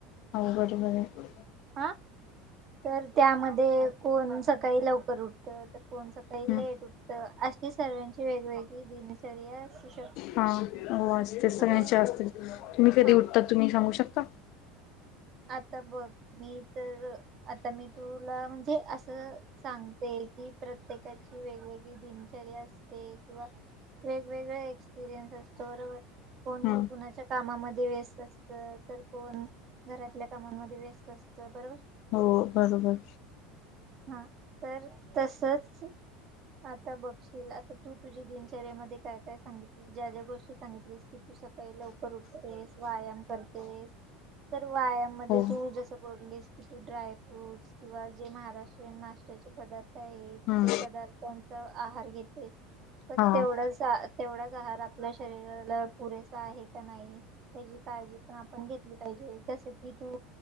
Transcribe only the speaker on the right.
हा तर त्यामध्ये कोण सकाळी लवकर उठ तर कोण सकाळी
लेट उठत. अशी सर्वांची वेगवेगळी दिनचर्या असु शकते.
बरोबर
हा
आता बघ मी तर आता मी तुला म्हणजे अस सांगते कि प्रत्येकाची वेगवेगळी दिनचर्या असते. ते किंवा वेगवेगळे एक्सपिरियन्स असतो बरोबर. कोणी
कुणाच्या कामामध्ये वेस्त असत. तर कोण घरातल्या काममध्ये वेस्त असत बरोबर.
हा तर तसच आता बघशील आता तू तुझी दिनचर्यामध्ये काय काय सांगितली. ज्या ज्या गोष्टी सांगितलीस की, तू सकाळी लवकर उठतेस. व्यायाम करतेस. तर वायाम मध्ये
तू जस बोललीस ड्राय फ्रूट्स किंवा जे महाराष्ट्रीय नाश्त्याचे पदार्थ आहेत
ते पदार्थ त्यांचा आहार घेते. पण
तेवढ तेवढाच आहार आपल्या शरीराला पुरेसा आहे का नाही ह्याची काळजी पण आपण घेतली पाहिजे. जस की तू